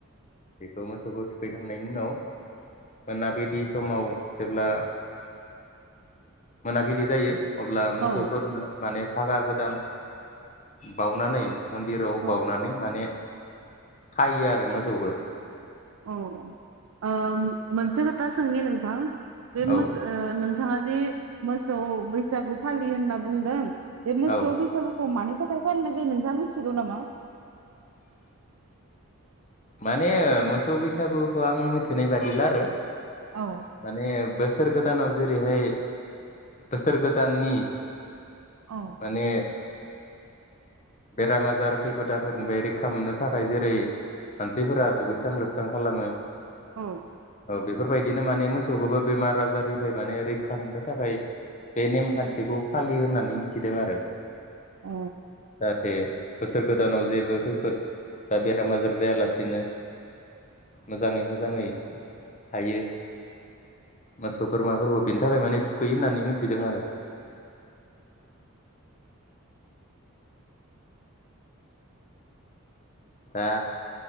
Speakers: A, on the left; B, on the right.
A: बेखौ मोसौखौ थुखैखांनायनि उनाव मोनाबिलि समाव जेब्ला मोनाबिलि जायो अब्ला मोसौफोरनो
B: औ
A: माने थाखा गोदान बाउनानै मन्दिराव
B: औ
A: बावनानै माने हायो आरो मोजौखौ।
B: औ आ मोनसे खोथा सोंनि नोंथां बे
A: औ
B: मोसौ ओ थाङा जे मोसौ बैसागु फालियो होनना बुंदों बे मोसौ
A: औ
B: बेैसागुखौ मानि था थाखाय फालिनाय जायो नोंथाङा मिथिगौ नामा?
A: माने मोसौ बैसागुखौ आं मिथिनाय बादिब्ला आरो
B: औ
A: माने बोसोर गोदानाव जेरैहाय बोसोर गोदाननि
B: औ
A: माने बेराम आजार खैफोदाफोरनिफ्राय रैखा मोननो थाखाय जेरै मानसिफोरा दुगैस्रां लोबस्रां खालामो
B: औ।
A: बेफोरबायदिनो माने मोसौखौबो बेमार आजारनिफ्राय माने रैखा मोननो थाखाय बे नेमखान्थिखौ फालियो होननानै मिथिदों आरो।
B: औ।
A: जाहाथे बोसोर गोदानाव जेबो खैफोद बा बेराम आजार जायाला बिसेनो मोजाङै मोजाङै थायो मोसौ बोरमाफोरखौ बेनि थाखाय माने थुखैयो होननानै मिथिदों आरो। दा